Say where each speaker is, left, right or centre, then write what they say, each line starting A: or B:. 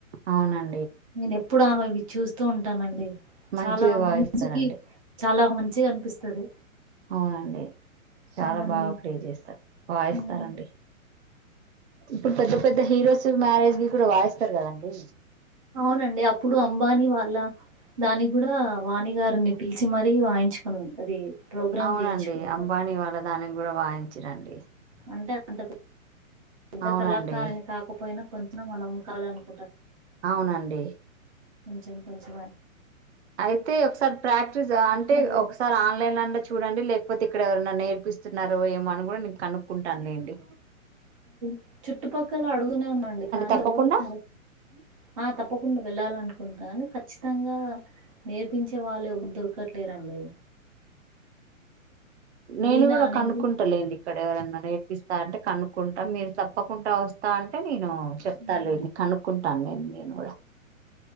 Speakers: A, on the right (about 50°); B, on the right (about 25°).
A: అవునం
B: నేను ఎప్పుడు ఆమేయు చూస్తూ ఉంటానండి
A: మంచిగా
B: చాలా
A: వాయిస్తారండి
B: మనసుకి చాలా మంచిగా అనిపిస్తది
A: అవునండి చాలా
B: అవునండి.
A: బాగా ప్లే చేస్తారు వాయిస్తారండి
B: హ్మ్.
A: ఇప్పుడు పెద్ద పెద్ద హీరోస్ మ్యారేజ్ కి కూడా వాయిస్తారు కదండి
B: అవునండి అప్పుడు అంబానీ వాళ్ళ దానికి కూడా వాణిగారిని పి మచ్చి మరీ వాయించుకుని అది ప్రోగ్రామ్
A: అవునండి
B: జేయించుకున్నారు.
A: అంబానీ వాళ్ళ దానికి కూడా వాయిించ రండి
B: అంటే అంత పెద్ద
A: అవునండి
B: కళాకారిని కాకపోయినా కొంచె మనం కాలనుకు
A: అవునండి
B: కొంచెం కొంచంచమ
A: అయితే ఒకసారి ప్రాక్టీస్ అంటే
B: అదే
A: ఒకసారి ఆన్లైన్ అండ చూడండి లేకపోతే ఇక్కడ ఎవరైనా నేర్పిస్తున్నారు అరవ ఏమ అని కూడా నేను కనుక్కుంటాను నండి
B: చెప్పు చుట్టుపక్కల అడుగుూనే ఉన్నాండి కానీ
A: తప్పకుండా
B: ఎ ఆ తప్పకుండా వెళ్ళాలనుకుంటా కాని ఖచ్చితంగా నేర్పించే వాళ్ళు ఎరు దొరకట్లేరండి
A: నేను
B: వీణ
A: కూడా
B: అనేది
A: కనుక్కుంటాలేండి ఇక్కడ ఎవరన్నా నేర్పిస్తా అంటే కనుక్కుంటాం మీరు తప్పకుండా వస్తా అంటే నేను చెప్తాని
B: హ్మ్.
A: కనుక్కుంటాను నేను ను కూడా కూడా